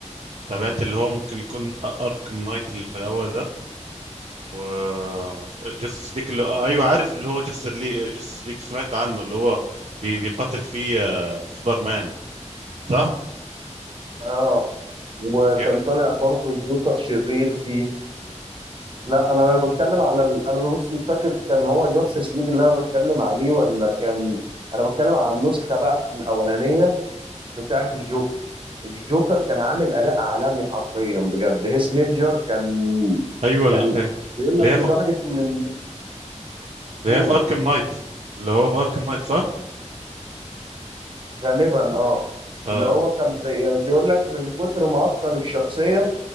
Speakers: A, on the right; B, on the right.
A: تابعت اللي هو ممكن يكون اركم نايت اللي في الاول ده و مش جاستس ليك اللي آه، ايوه عارف اللي هو جاستس ليك جاستس ليك سمعت عنه اللي هو بي... بيقاتل فيه آه، سوبرمان صح
B: اه وكان
A: يعني
B: طالع برضه الجوكر شرير فيه لا انا بتكلم على ال... انا بص مش فاكر كان هو جاستس ليج اللي انا بتكلم عليه ولا كان انا بتكلم على النسخة بقى الأولانية بتاعه الجوكر الجوكر كان عامل اداء عالمي حرفيا بجد هيث ليدجر كان
A: ايوه
B: يعني
A: ال- آه،
B: بيقول
A: اللي
B: لك
A: هي
B: لدرجه
A: في
B: من
A: اللي
B: دول
A: هي في اركم نايت اللي هو في اركم نايت صح
B: غالبا اه
A: اه
B: اللي هو كان زي يعني بيقول لك من كتر ما اتقن الشخصيه